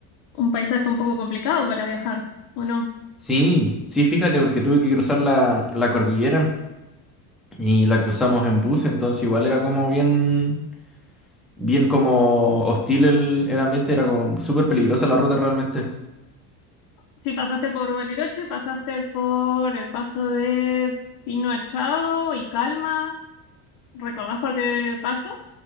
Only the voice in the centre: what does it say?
Sí, sí, fíjate, porque tuve que cruzar la, la cordillera y la cruzamos en bus, entonces igual era como bien, bien como hostil el, el ambiente, era como súper peligrosa la ruta realmente.